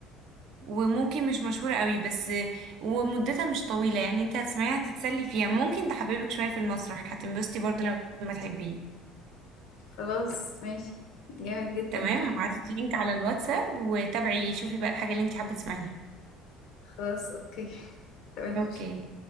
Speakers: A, on the right; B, on the left.
A: وممكن مش مشهورة قوي بس ومدتها مش طويلة يعني انت هتسمعيها تتسلي فيها ممكن تحببك شوية في المسرح هتنبسطي برضه لما تحبيه
B: خلاص ماشي جامد جدا
A: تمام هبعتلك لينك على الواتساب وتابعي شوفي بقى الحاجة اللي انت حابة تسمعيها
B: خلاص اوكي تمام
A: اوكي